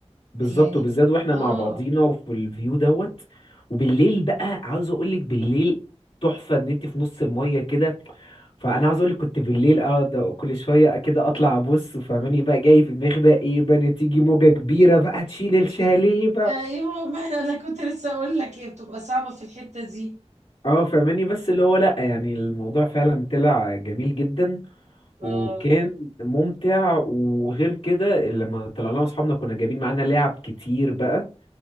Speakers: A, on the left; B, on the right.
A: بالظبط
B: يعني
A: وبالذات واحنا
B: اه
A: مع بعضينا وفي الفيو دوت وبالليل بقى عاوز اقول لك بالليل تحفه ان انت في نص المايه كده فانا عاوز اقول لك كنت بالليل اقعد كل شويه كده اطلع ابص فاهماني بقى جاي في دماغي بقى ايه بقى إن تيجي موجه كبيره بقى تشيل الشاليه
B: ايوه ما انا كنت لسه اقول لك هي بتبقى صعبه في الحته دي
A: اه فاهماني بس اللي هو لأ يعني الموضوع فعلا طلع جميل جدا
B: آه،
A: وكان ممتع وغير كده لما طلعنا مع اصحابنا كنا جايبين معانا لعب كتير بقى